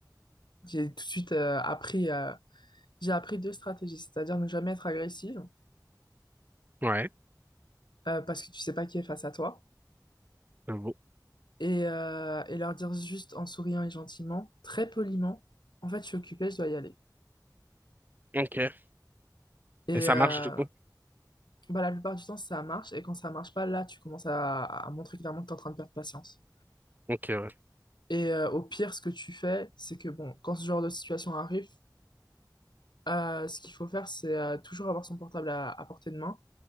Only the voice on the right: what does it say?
Ouais,
j'avoue.
Ok.
Et ça
marche du coup?
Ok, ouais.